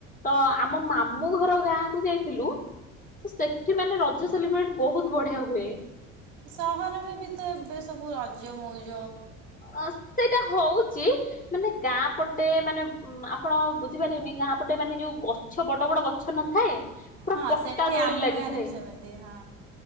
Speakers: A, on the left; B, on the right.
A: ତ ଆମ ମାମୁଁ ଘର ଗାଁ କୁ ଯାଇଥିଲୁ ତ ସେଠି ମାନେ ରଜ ସେଲିବ୍ରେଟ ବୋହୁତ ବଢିଆ ହୁଏ।
B: ସହରରେ ବି ତ ଏବେ ସବୁ ରଜମୌଜ
A: ଅ ସେଟା ହୋଉଚି ମାନେ ଗାଁ ଏପଟେ ମାନେ ଆପଣ ବୁଝିପାରିବେନି ଗାଁ ପଟେ ମାନେ ଯୋଉ ଗଛ ବଡ଼ ବଡ଼ ଗଛ ନଥାଏ। ପୁରା
B: ହଁ
A: ପଟା
B: ସେଠି
A: ଦୋଳି
B: ଆମ
A: ଲାଗିଥାଏ।
B: ଗାଁରେ ବି ସେମିତି ହଁ।